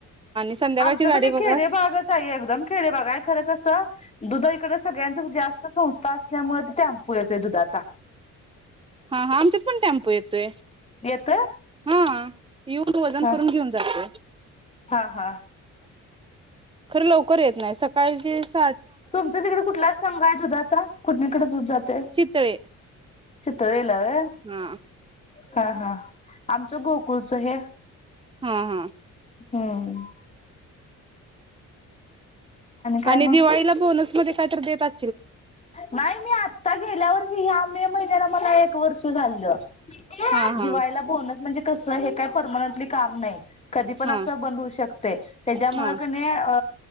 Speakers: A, on the right; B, on the left.
A: संध्याकाळची
B: आमचं
A: गाडी
B: पण एक
A: बघा
B: खेडे भागच आहे एकदम खेडेबाग आहे खरं कसं दुध इकडे सगळ्यां जास्त संस्था असल्यामुळे टेम्पो येतोय दुधाचा.
A: हा हा आमच्यात पण टॅम्पो येतोय.
B: येतोय
A: हां येऊन वजन
B: हा
A: करून घेऊन जातोय.
B: हा हा
A: खर लवकर येत नाही सकाळचीच
B: तुमच्या तिकडे कुठला संघ आहे दुधाचा? कुठणीकडे दूध जातय?
A: चितळे
B: चितळे व्हय
A: हा
B: ह ह आमच गोकुळच हे.
A: हा हा
B: हम्म काय
A: आणि
B: मग
A: दिवाळीला बोनस मग ते काय तर देतात.
B: नाही मी आता गेल्या वर्षी ह्या मे महिन्याला मला एक वर्ष झालं.
A: हा हा
B: दिवाळीला बोनस म्हणजे कस हे काय परमनंटली काम नाही. कधी पण
A: हा
B: अस बंद होऊ शकतय. त्याच्यामुळं
A: हा
B: कणी अ